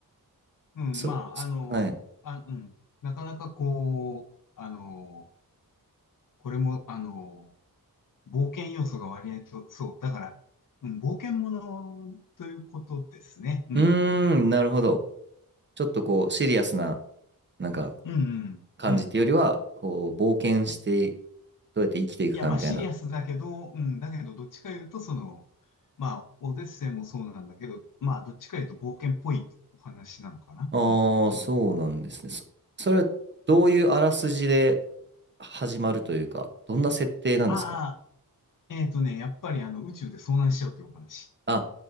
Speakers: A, on the left; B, on the right.
A: う。うん、
B: そ、
A: まあ、
B: そはい。
A: あの、あ、うん、なかなかこう、あの、これも、あの、冒険要素が割合と、そう。だから、うん、冒険ものということですね。うん。
B: うーん、なるほど。ちょっとこう、シリアスな、なんか、
A: うん、うん、
B: 感じっていうよりは、
A: うん。
B: こう、冒険して、どうやって生きていくかみたいな。
A: いや、まあ、シリアスだけど、うん、だけど、どっちか言うと、その、まあ、オデッセイもそうなんだけど、まあ、どっちか言うと冒険っぽいお話なのかな。
B: ああ、
A: うん。
B: そうなんですね。そ、それはどういうあらすじで始まるというか、どんな設定なんですか
A: ああ、えっとね、やっぱりあの、宇宙で遭難しちゃうというお話。
B: あ、